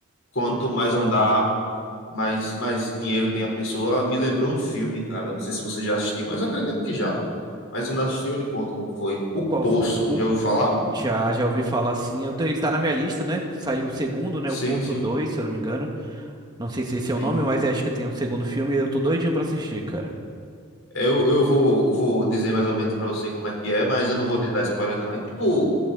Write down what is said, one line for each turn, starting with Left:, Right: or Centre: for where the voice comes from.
Left: quanto mais andar, mais, mais dinheiro tem a pessoa. Me lembrou um filme, cara. eu Não sei se você já assistiu, mas eu acredito que já. Mas se não assistiu, eu lhe conto como foi. O
Right: Qual
Left: Poço,
Right: f- o-
Left: já ouviu falar?
Right: já já ouvi falar assim, eu tô- ele tá na minha lista, né? Saiu o segundo, né?
Left: Sim,
Right: O Poço
Left: sim,
Right: 2 se eu não me engano. Não sei se esse é
Left: sim.
Right: o nome, mas acho que tem um segundo filme e eu tô doidinho pra assistir, cara.
Left: Eu, eu vou, vou dizer mais ou menos pra você como é que é, mas eu não vou lhe dar spoiler, não. É tipo